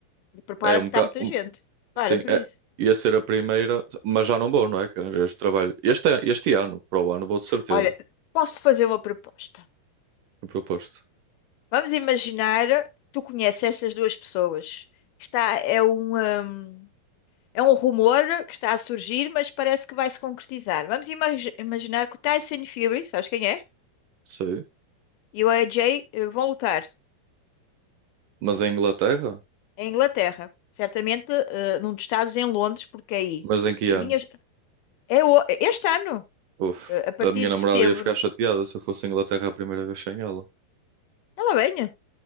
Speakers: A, on the left; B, on the right.
A: E prepara
B: É um
A: porque
B: bocado.
A: está muita
B: um-
A: gente.
B: sim,
A: Para por
B: é,
A: isso.
B: ia ser a primeira, mas já não vou, não é? Que arranjei este trabalho. Este, este ano, para o ano, vou de certeza.
A: Olha, posso fazer uma proposta.
B: Eu proposto.
A: Vamos imaginar, tu conheces estas duas pessoas. Está, é um, hum, é um rumor que está a surgir, mas parece que vai se concretizar. Vamos imagi- imaginar que o Tyson Fury, sabes quem é?
B: Sei.
A: E o AJ eh, vão lutar
B: Mas em Inglaterra?
A: em Inglaterra, certamente eh, num dos estados em Londres, porque aí
B: Mas em que
A: vinhas,
B: ano?
A: é o- este ano,
B: Uf,
A: eh, a partir
B: a minha
A: de
B: namorada
A: setembro.
B: ia ficar chateada se eu fosse à Inglaterra a primeira vez sem ela.
A: Ela vem,